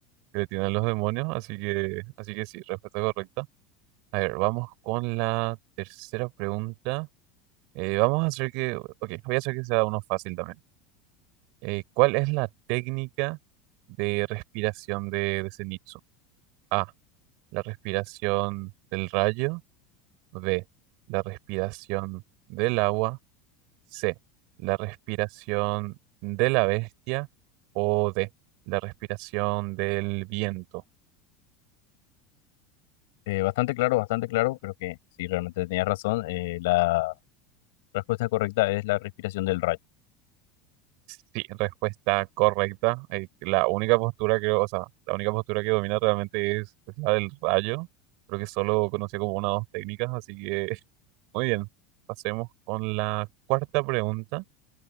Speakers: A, on the right; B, on the left.
A: que le tienen los demonios, así que, así que sí, respuesta correcta. A ver, vamos con la tercera pregunta. Eh, vamos a hacer que, ok, voy a hacer que sea uno fácil también. Eh, ¿cuál es la técnica de respiración de, de Zenitsu? A, la respiración del rayo. B, la respiración del agua. C, la respiración de la bestia. O D, la respiración del viento.
B: Eh, bastante claro, bastante claro, creo que sí, realmente tenías razón. eh, la respuesta correcta es la respiración del rayo.
A: Sí, respuesta correcta. Eh, la única postura que, o sea, la única postura que domina realmente es, es la del rayo. Creo que solo conocía como una o dos técnicas, así que <laughs> muy bien. Pasemos con la cuarta pregunta.